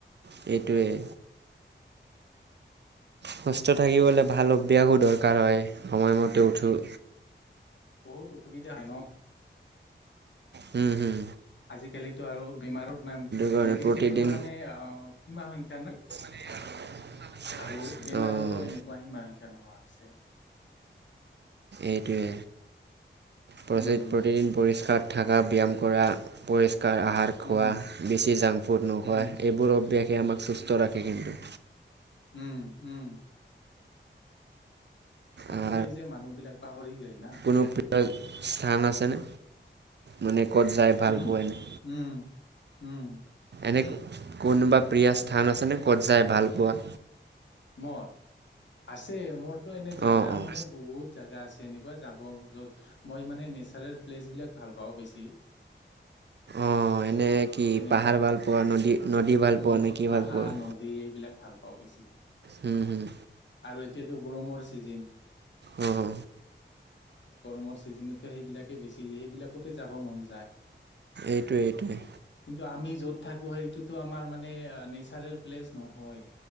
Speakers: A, on the right; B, on the left.
A: সেইটোৱেই। সুস্থ থাকিবলৈ ভাল অভ্যাসো দৰকাৰ হয় সময়মতে উঠো।
B: বহুত অসুবিধা হয় ন'।
A: হুম-হুম।
B: আজিকালিতো আৰু বেমাৰৰ টান,
A: কাৰণে
B: মেডিচিনৰো
A: প্ৰতিদিন
B: মানে আ সীমা সংখ্যা নাই।
A: <unintelligible>
B: আৰু বেমাৰৰো
A: অঁ
B: এনেকোৱা সীমা সংখ্যা নোহোৱা হৈছে।
A: এইটোৱে। প্ৰতিদিনে
B: উম।
A: পৰিষ্কাৰ থাকা, ব্যায়াম কৰা, পৰিষ্কাৰ আহাৰ- খোৱা
B: উম,
A: বেছি জাংক ফুড নোখোৱা
B: উম,
A: এইবোৰ অভ্যাসে আমাক সুস্থ ৰাখে কিন্তু।
B: উমঁ-উমঁ। কিন্তু
A: আৰু
B: সেই যে মানুহ বিলাক পাহৰি যায় না।
A: কোনো প্ৰিয় স্থান আছে'নে মানে ক'ত যাই ভাল
B: উম,
A: পোৱা এনে?
B: উম, উম,
A: এনে কোনোবা প্ৰিয় স্থান আছেনে ক'ত যায় ভাল পোৱা?
B: মোৰ, আছে মোৰতো এনেই জাগা
A: অঁ অঁ
B: মানে বহুত জাগা আছে। তেনেকুৱা যাব য'ত, মই মানে নেচাৰেল প্লেচবিলাক ভাল পাওঁ বেছি।
A: অঁ', এনেই কি
B: যেনেকুৱা
A: পাহাৰ ভাল পোৱা নদী-নদী ভাল
B: উম,
A: পোৱা নে কি
B: পাহাৰ,
A: ভাল পোৱা,
B: নদী এইবিলাক ভাল পাওঁ বেছি।
A: হুম-হুম,
B: আৰু এতিয়াতো গৰমৰ ছিজন
A: অঁ',।
B: গৰমৰ ছিজনতো সেইবিলাকেই বেছি সেইবিলাকতে যাব মন যায়।
A: এইটোৱে-এইটোৱেই।
B: কিন্তু আমি য'ত থাকো সেইটোতো আমাৰ মানে নেচাৰেল প্লেচ নহয়।